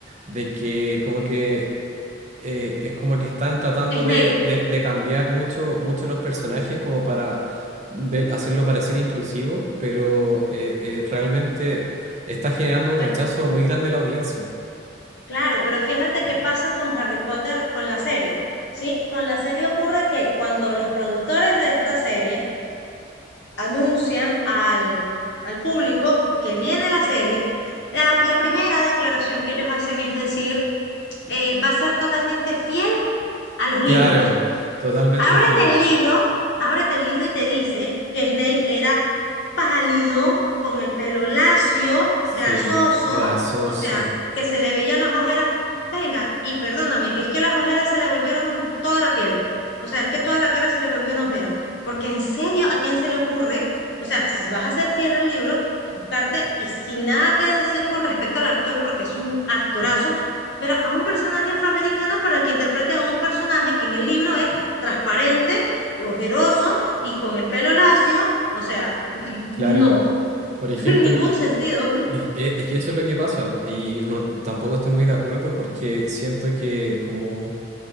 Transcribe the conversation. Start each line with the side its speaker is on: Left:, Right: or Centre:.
Right: de que como que eh, es como que están tratando
Left: Snape.
Right: de, de- de cambiar mucho, mucho los personajes como para ver- hacerlo parecer inclusivo, pero eh, eh, realmente está generando un
Left: Bueno,
Right: rechazo muy grande de la audiencia.
Left: claro, pero fíjate qué pasa con Harry Potter, con la serie. Sí, con la serie ocurre que cuando los productores de esta serie anuncian al, al público que viene la serie, la, la primera declaración que ellos hacen es decir, eh, va a ser totalmente fiel a los libros.
Right: Claro, totalmente
Left: Ábrete
Right: fiel.
Left: el libro, ábrete el libro y te dice que Snape era pálido, con el pelo lacio,
Right: Sí,
Left: grasoso,
Right: grasoso,
Left: o sea, que se le veían las ojeras. Venga, y perdóname, es que las ojeras se le volvieron toda la piel. O sea, es que toda la cara se le volvió una ojera. Porque en serio, ¿a quién se le ocurre? O sea, si vas a ser fiel al libro, buscarte y sin nada que decir con respecto al actor, porque es un actorazo, pero a un personaje afroamericano para que interprete a un personaje que en el libro es transparente, ojeroso y con el pelo lacio, o sea,
Right: claro.
Left: no,
Right: Por ejemplo,
Left: <laughs> ningún
Right: y-
Left: sentido.
Right: es, es- es que eso es lo que pasa y no, tampoco estoy muy de acuerdo porque siento que como